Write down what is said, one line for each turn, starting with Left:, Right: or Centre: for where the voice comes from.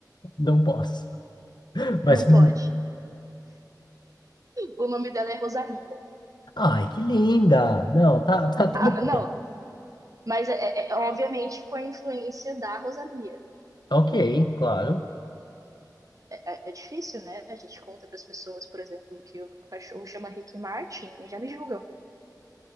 Left: Não posso. Mas.
Right: Não pode.
Left: <laughs>
Right: O nome dela é Rosalía
Left: Ai, que linda! Não, tá, tá tudo
Right: Ah, não,
Left: bem.
Right: mas é, é- é, obviamente com a influência da Rosalía
Left: Ok, claro.
Right: É, é- é difícil, né? A gente conta para as pessoas, por exemplo, que o meu cachorro chama Rick Martin e já me julgam.